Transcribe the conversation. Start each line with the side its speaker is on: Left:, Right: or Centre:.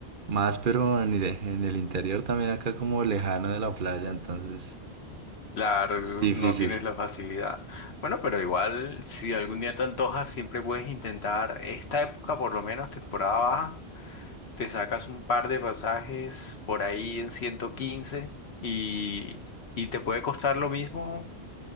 Right: más, pero en el, en el interior también acá como lejano de la playa, entonces
Left: Claro,
Right: difícil.
Left: no tienes la facilidad. Bueno, pero igual, si algún día te antojas, siempre puedes intentar esta época, por lo menos temporada baja, te sacas un par de pasajes por ahí en 115 y, y te puede costar lo mismo